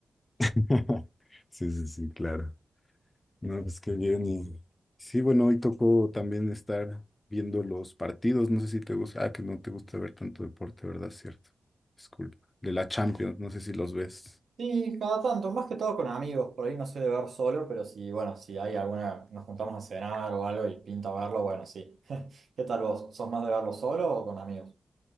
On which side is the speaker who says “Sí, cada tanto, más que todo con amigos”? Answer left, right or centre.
Right